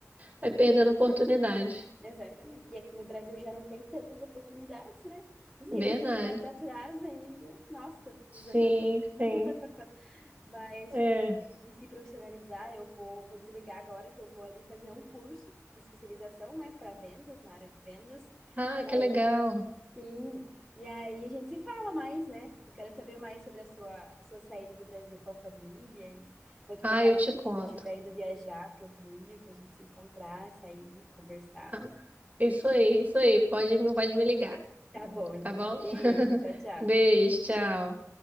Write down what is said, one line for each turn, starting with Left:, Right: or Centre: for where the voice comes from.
Right: vai perdendo oportunidade.
Centre: Vai ficando. Exatamente. E aqui no Brasil já não tem tantas oportunidades, né? Se
Right: Verdade.
Centre: a gente ficar para trás ainda, nossa, desanda
Right: Sim,
Centre: tudo.
Right: sim.
Centre: <laughs> Mas
Right: É.
Centre: falando em em se profissionalizar, eu vou, vou desligar agora que eu vou ali fazer um curso de especialização, né, para vendas, na área de vendas.
Right: Ah,
Centre: E aí,
Right: que legal.
Centre: sim, e aí a gente se fala mais, né? Eu quero saber mais sobre a sua, a sua saída do Brasil com a família e vou te
Right: Ah,
Centre: contar
Right: eu
Centre: também
Right: te conto.
Centre: quando eu estiver indo viajar para o Rio, para a gente se encontrar, sair, conversar.
Right: Ah, Isso aí, isso aí. Pode, me- pode me ligar,
Centre: Tá bom, então.
Right: tá bom?
Centre: Beijo,
Right: <laughs>
Centre: tchau, tchau.
Right: Beijo, tchau.